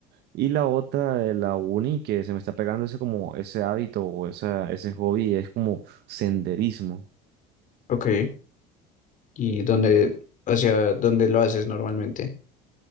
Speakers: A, on the right; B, on the left.
A: Y la otra, eh, la uni, que se me está pegando ese como ese hábito o esa, ese hobby, es como senderismo.
B: Ok, ¿y dónde, hacia dónde lo haces normalmente?